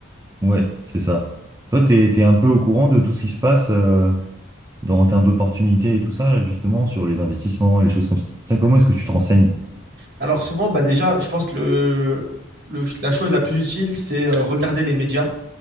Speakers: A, on the right; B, on the right.
A: Ouais, c'est ça. Toi, t'es, t'es un peu au courant de tout ce qui se passe euh, dans, en termes d'opportunités et tout ça, justement, sur les investissements et les choses comme ça. Comment est-ce que tu te renseignes?
B: Alors souvent, bah déjà, je pense que le, le la chose la plus utile, c'est euh, regarder les médias.